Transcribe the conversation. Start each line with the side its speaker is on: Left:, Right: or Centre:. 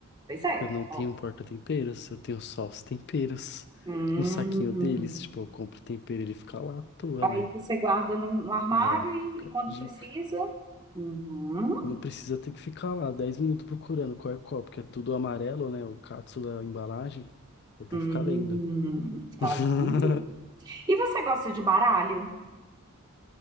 Right: Pois é.
Left: eu não tenho
Right: ó.
Left: porta-temperos, eu tenho só os temperos.
Right: Hum.
Left: No saquinho deles, tipo, eu compro tempero, ele fica lá à toa,
Right: Aí
Left: né?
Right: você guarda no, no armário
Left: Ó,
Right: e,
Left: fica
Right: e quando
Left: a dica.
Right: precisa. Uhum.
Left: Quando precisa, tem que ficar lá 10 minutos procurando qual é qual, porque é tudo amarelo, né? O catsu da embalagem. Eu tenho
Right: Hum.
Left: que ficar lendo.
Right: Tá
Left: <laughs>
Right: vendo? E você gosta de baralho?